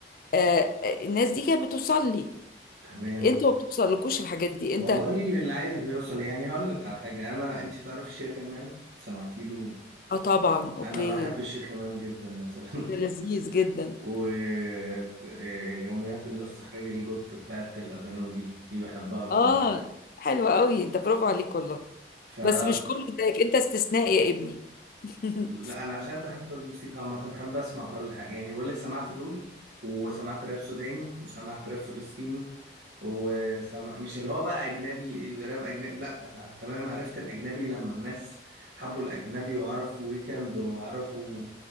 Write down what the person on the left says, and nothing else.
آه آه، الناس دي كانت بتوصل لي
انتوا ما بتوصلكوش الحاجات دي انت
اه طبعا اوكي
ده لذيذ جدا
اه حلو قوي انت برافو عليك والله
بس مش كله زيك انت استثناء يا ابني <laughs>